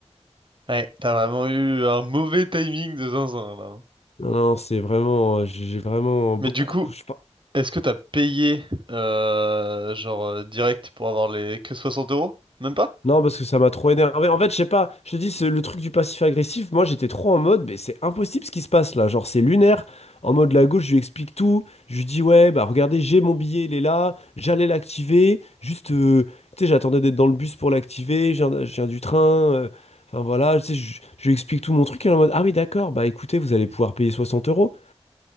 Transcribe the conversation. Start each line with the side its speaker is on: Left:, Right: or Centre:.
Right: Ouais, t'as vraiment eu un mauvais timing de zinzin, là.
Left: Non, non, c'est vraiment, euh, j'ai j'ai vraiment beaucoup.
Right: Mais du coup,
Left: je sais pas.
Right: Est-ce que t'as payé euh, genre euh, direct pour avoir les que 60 euros? Même pas?
Left: Non, parce que ça m'a trop énervé. En fait, je sais pas, je te dis, c'est le truc du passif agressif. Moi, j'étais trop en mode, mais c'est impossible ce qui se passe là. Genre, c'est lunaire. En mode, la gauche, je lui explique tout. Je lui dis, ouais, bah regardez, j'ai mon billet, il est là. J'allais l'activer. Juste, euh, tu sais, j'attendais d'être dans le bus pour l'activer. Je viens, je viens du train. euh, Enfin, voilà, tu sais, je, je lui explique tout mon truc. Elle est en mode, ah oui, d'accord, bah écoutez, vous allez pouvoir payer 60 euros.